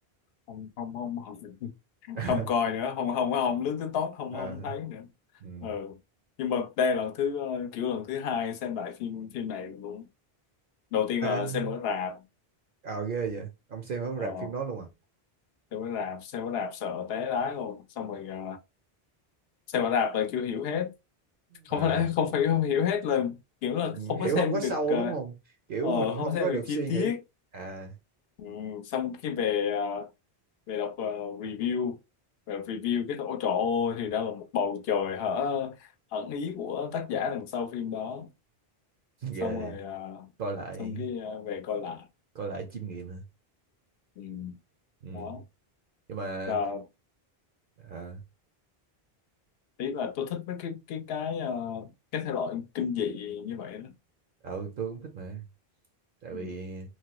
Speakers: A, on the left (about 75°); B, on the right (about 60°).
A: không không không không
B: <laughs>
A: không coi nữa không không không lướt tới tốt không
B: Ờ,
A: không thấy nữa
B: ừ.
A: ừ. nhưng mà đây là lần thứ ờ, kiểu lần thứ hai xem lại phim phim này luôn đầu tiên
B: à
A: là xem ở rạp
B: ờ ghê vậy ông xem ở
A: ờ,
B: rạp phim đó luôn à
A: xem ở rạp xem ở rạp sợ té lái luôn xong rồi ờ, xem ở rạp là chưa hiểu hết không
B: À,
A: phải không phải không hiểu hết là kiểu là
B: Ừ,
A: không
B: hiểu
A: có xem
B: không có sâu
A: được ờ,
B: đúng không kiểu
A: ờ,
B: mình
A: không
B: không
A: xem
B: có
A: được
B: được suy
A: chi tiết
B: nghĩ à
A: ừ, xong cái về ờ, về đọc ờ, review về review cái ôi trời ơi thì ra là một bầu trời hả ẩn ý của tác giả đằng sau phim đó xong
B: ghê
A: rồi ờ,
B: coi lại
A: xong cái ờ, về coi lại
B: coi lại chiêm nghiệm ha.
A: ừ,
B: ừ.
A: đó
B: nhưng mà
A: là
B: ờ
A: ý là tôi thích mấy cái cái cái ờ, cái thể loại kinh dị như vậy đó
B: ờ, tôi cũng thích mà tại vì
A: ừ.